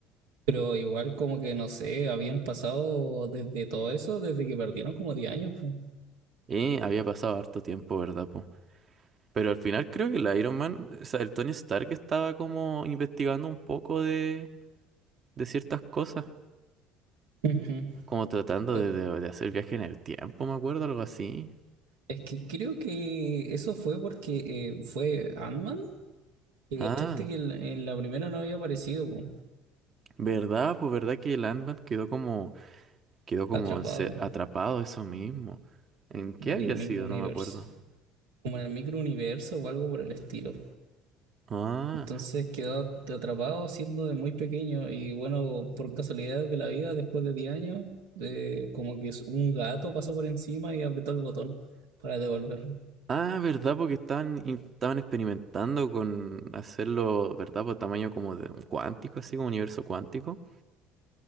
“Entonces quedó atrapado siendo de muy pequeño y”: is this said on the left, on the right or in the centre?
Right